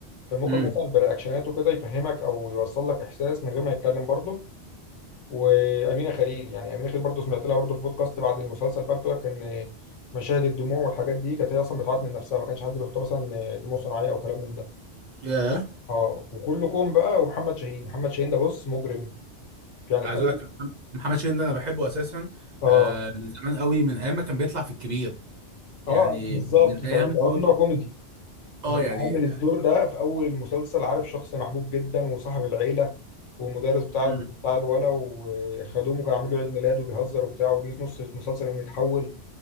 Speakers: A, on the left (about 80°); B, on the right (about 55°).
A: كان ممكن
B: امم
A: مثلا برياكشناته كده يفهمك او يوصل لك احساس من غير ما يتكلم برضو وامينه خليل يعني امينه خليل برضو سمعت لها برضو في بودكاست بعد المسلسل بقى بتقول لك ان مشاهد الدموع والحاجات دي كانت هي اصلا بتعيط من نفسها ما كانش حد بيحطها مثلا دموع صناعيه او كلام من ده
B: ياه
A: اه وكلكم بقى ومحمد شاهين محمد شاهين ده بص مجرم يعني
B: عايز
A: في أول
B: اقول لك محمد شاهين ده انا بحبه اساسا
A: اه
B: آه من زمان قوي من ايام ما كان بيطلع في الكبير يعني
A: اه بالظبط
B: من
A: انت
B: ايام
A: تعرف
B: دور
A: ان هو كوميدي
B: اه
A: انما
B: يعني
A: عامل الدور ده في اول المسلسل عارف شخص محبوب جدا وصاحب العيله ومدرس بتاع
B: مم.
A: ال- بتاع الولا وخدومه كان عامل له عيد ميلاد وبيهزر وبتاع وبيجي في نص المسلسل يقوم يتحول